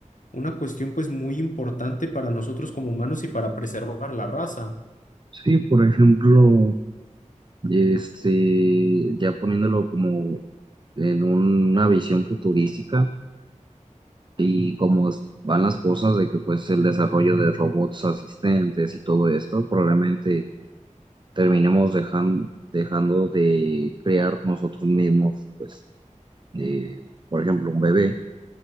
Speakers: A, on the left (about 80°); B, on the right (about 35°).
A: una cuestión pues muy importante para nosotros como humanos y para preservar la raza.
B: Sí, por ejemplo, este, ya poniéndolo como en una visión futurística y cómo es- van las cosas de que pues el desarrollo de robots asistentes y todo esto, probablemente terminemos dejan- dejando de crear nosotros mismos, pues, eh, por ejemplo, un bebé